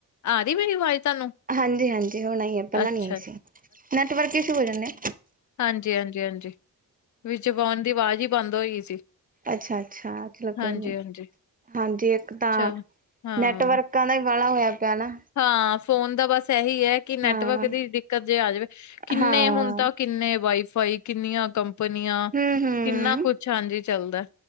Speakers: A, on the left (about 50°); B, on the right (about 25°).
A: ਆ ਰਹੀ ਮੇਰੀ ਆਵਾਜ਼ ਤੁਹਾਨੂੰ
B: ਹਾਂਜੀ- ਹਾਂਜੀ ਹੁਣ ਆਈ ਹੈ ਪਹਿਲਾਂ
A: ਅੱਛਾ,
B: ਨੀ ਆਈ ਸੀ ਨੈਟਵਰਕ ਇਸੂ ਹੋ ਜਾਂਦੇ।
A: ਹਾਂਜੀ-ਹਾਂਜੀ-ਹਾਂਜੀ-ਹਾਂਜੀ ਵਿਚ ਵਾਉਣ ਦੀ ਆਵਾਜ਼ ਹੀ ਬੰਦ ਹੋਈ ਸੀ।
B: ਅੱਛਾ- ਅੱਛਾ ਚਲੋ
A: ਹਾਂਜੀ-ਹਾਂਜੀ,
B: ਕੋਈ ਨੀ ਹਾਂਜੀ ਇੱਕ ਤਾਂ
A: ਚਲੋ। ਹਾਂ,
B: ਨੈਟਵਰਕਾਂ ਦਾ ਹੀ ਬਾੜਾ ਹੋਇਆ ਪਿਆ ਨਾ।
A: ਹਾਂ ਫੋਨ ਦਾ ਬਸ ਇਹੀ ਹੈ ਕਿ ਨੈਟਵਰਕ
B: ਹਾਂ।
A: ਦੀ ਦਿੱਕਤ ਜੇ ਆ ਜਾਵੇ ਕਿੰਨੇ
B: ਹਾਂ
A: ਹੁਣ ਤੱਕ ਕਿੰਨੇ ਵਾਈਫਾਈ ਕਿੰਨੀਆਂ ਕੰਪ ਕੰਨੀਆਂ
B: ਹੂੰ-ਹੂੰ
A: ਕਿੰਨਾ ਕੁਛ ਹਾਂਜੀ ਚੱਲਦਾ